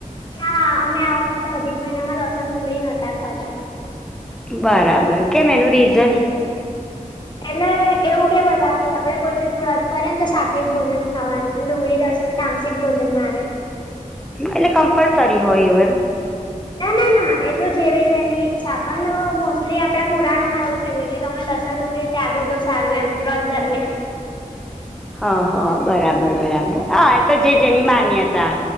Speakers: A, on the left; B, in the centre.
A: ના અમે આ વખતે અધિક મહિનામાં લસણ ઉગળી નતા ખાધા
B: બરાબર કેમ એનું રીઝન
A: એટલે એવું કે બધા કે આપડે કોઈ બી વ્રત કરેને તો સાત્વિક ભોજન ખાવાનું અને ડુંગળી લસણ તામસિક ભોજન માં આવે.
B: એટલે કમ્પલસરી હોય એવું એમ.
A: ના ના ના એ તો જેવી જ એની ઈચ્છા પણ મોસ્ટલી આપણા પુરાણોમાં એવું કેહે છે કે તમે લસણ ડુંગળી ત્યાગો તો સારું એમ વ્રત દરમિયાન.
B: હ હ બરાબર બરાબર હ એ તો જે જેની માન્યતા.